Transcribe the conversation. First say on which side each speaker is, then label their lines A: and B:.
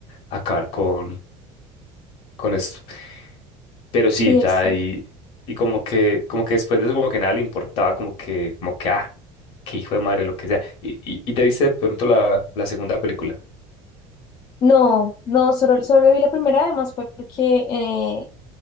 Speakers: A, on the left; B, on the left.
A: acabar con, con esto. Pero sí,
B: Sí,
A: o sea,
B: eso.
A: y, y como que, como que después de eso, como que nada le importaba, como que, como que, ah, qué hijo de madre, lo que sea. Y, y, y te viste de pronto la, la segunda película.
B: No, no, solo, solo vi la primera, además fue porque, eh,